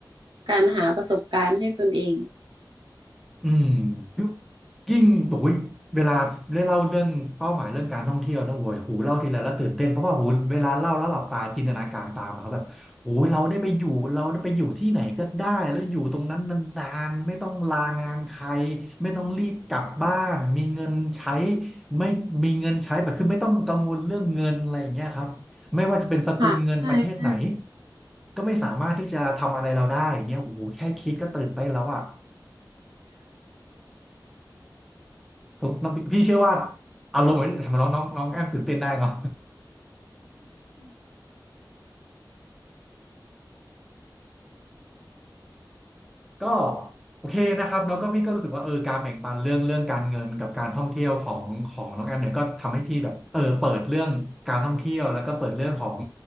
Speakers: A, on the right; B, in the centre.
A: การหาประสบการณ์ให้ตนเอง
B: อืมยุคยิ่งโอ้ยเวลาได้เล่าเรื่องเป้าหมายเรื่องการท่องเที่ยวนะโว้ยหูเล่าทีไรแล้วตื่นเต้นเพราะว่าหูเวลาเล่าแล้วหลับตาจินตนาการตามอะครับแบบโอ้ยเราได้ไปอยู่เราได้ไปอยู่ที่ไหนก็ได้แล้วอยู่ตรงนั้นนานๆไม่ต้องลางานใครไม่ต้องรีบกลับบ้านมีเงินใช้ไม่มีเงินใช้แบบคือไม่ต้องกังวลเรื่องเงินอะไรอย่างเงี้ยครับไม่ว่าจะเป็นสกุลเงินประเทศไหน
A: ค่ะใช่ใช่
B: ก็ไม่สามารถที่จะทำอะไรเราได้อย่างเงี้ยโอ้โหแค่คิดก็ตื่นเต้นแล้วอ่ะ ผมพี่เชื่อว่าอารมณ์เหมือนทำให้น้องน้องน้องแอมตื่นเต้นได้เนาะ <laughs> ก็โอเคนะครับแล้วก็พี่ก็รู้สึกว่าเออการแบ่งปันเรื่องเรื่องการเงินกับการท่องเที่ยวของของน้องแอมเนี่ยก็ทำให้พี่แบบเออเปิดเรื่องการท่องเที่ยวแล้วก็เปิดเรื่องของ